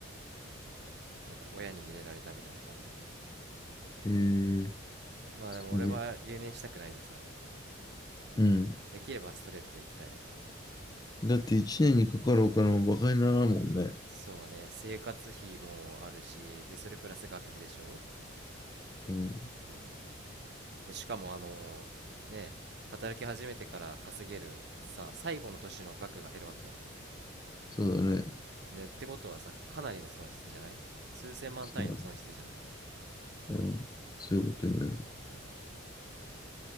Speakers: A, on the right; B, on the left.
A: なんか親に入れられたみたいな感じでね
B: えー、
A: まあでも俺は留年したくないでさ
B: すげえ。うん。
A: できればストレートで行きたいわけよ
B: だって一年にかかるお金も馬鹿にならんもんね。
A: そうね生活費もあるしでそれプラス学費でしょ
B: うん。
A: うんでしかもあのね働き始めてから稼げるさ最後の年の額が減るわけやん
B: そうだね。
A: ねってことはさかなりの損失じゃない数千万単位の損失じゃない
B: そうだね。うん。そういうことになる。
A: う